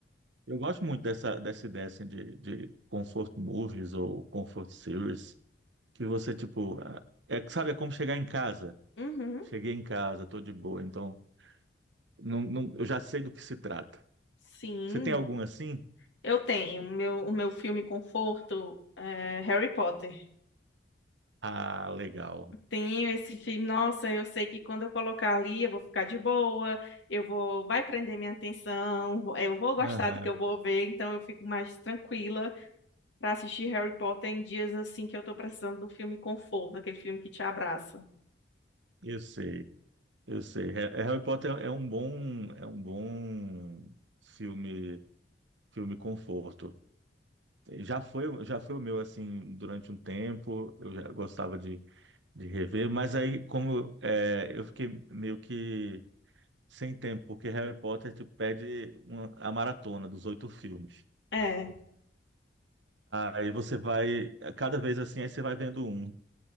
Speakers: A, on the right; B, on the left.
A: Eu gosto muito dessa, dessa ideia assim, de, de comfort movies ou comfort series, que você, tipo, ah, é, sabe, é como chegar em casa.
B: Uhum,
A: Cheguei em casa, tô de boa, então não, não, eu já sei do que se trata.
B: sim,
A: Você tem algum assim?
B: eu tenho. Meu, o meu filme conforto é Harry Potter.
A: Ah, legal.
B: Tenho esse filme. Nossa, eu sei que quando eu colocar ali, eu vou ficar de boa, eu vou, vai prender minha atenção, eu vou gostar
A: Aham,
B: do que eu vou ver, então eu fico mais tranquila para assistir Harry Potter em dias assim que eu tô precisando do filme conforto, aquele filme que te abraça.
A: eu sei, eu sei. É- é Harry Potter é um bom, é um bom filme, filme conforto. Já foi, já foi o meu assim durante um tempo. Eu já gostava de, de rever, mas aí como é, eu fiquei meio que sem tempo, porque Harry Potter te pede uma- a maratona dos oito filmes.
B: É,
A: Aí você vai, cada vez assim, aí você vai vendo um.